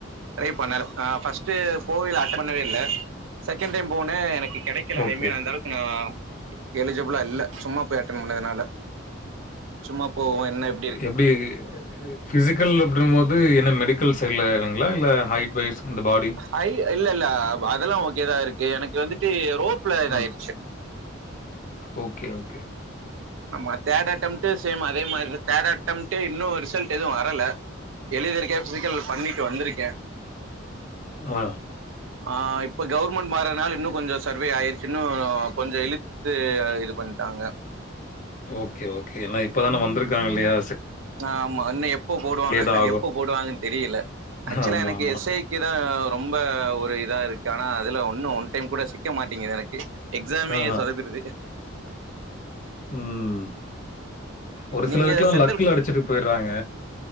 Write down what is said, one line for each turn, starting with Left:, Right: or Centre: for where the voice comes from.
Right: ட்ரை பண்ணல ஆ ஃபர்ஸ்ட்டு போவேல்ல அட்டன் பண்ணவே இல்ல செகண்ட் டைம் போனே எனக்கு கெடைக் க்கல
Left: ஓகே,
Right: ஐ மீன் அந்த அளவுக்கு நா எலிஜிபிளா இல்ல சும்மா போய் அட்டன் பண்ணதுனால சும்மா போவோ என்ன இப்
Left: எப்டி பிசிக்கல் அப்டின் போது என்ன மெடிக் க்கல் சைட்ல இதுங்களா இல்ல ஹைட் வைஸ் இந்த பாடி
Right: ஹை இல்ல இல்ல அதெல்லா ஓகேதா இருக்கு எனக்கு வந்துட்டு ரோப்ல இதாயிடுச்சு
Left: ம். ஓகே ஓகே
Right: ஆமா தேர்ட் அட்டம்ப்ட் சேம்‌ அதே மாரில தேர்ட் அட்டம்ட் இன்னு ரிசல்ட் எதுவு வரல எழுதிருக்க பிசிக்கல் பண்ணிட்டு வந்திருக்க
Left: ஆ
Right: ஆ இப்ப கவுவர்மெண்ட் மார்றதுனால இன்னு கொஞ்சோ சர்வே ஆயிடுச்சுன்னு கொஞ்சோ இழு இது இது பண்ணிட்டாங்க
Left: ஓகே ஓகே என்னா இப்பதான வந்திருக்காங்க இல்லயா
Right: ஆ ஆமா இன்னு எப்ப போடுவாங்க
Left: தான் ஆகும்.
Right: எப்ப போடுவாங்கன் தெரியல ஆக்சுவலா
Left: ஆமாமா.
Right: எனக்கு எஸ் ஐ கீழதா ரொம்ப ஒரு இதா இருக்கு ஆனா அதுல ஒன்னும் ஒன் டைம் கூட சிக்க மாட்டேங்குது எனக்கு எக்ஸாமே
Left: ஆஹ.
Right: சொதப்பிடுது
Left: ம் ஒரு
Right: நீங்க
Left: சிலருக்குல்லா
Right: சென்ட்ரல்
Left: லக்குல அடிச்சிட்டு போய்றாங்க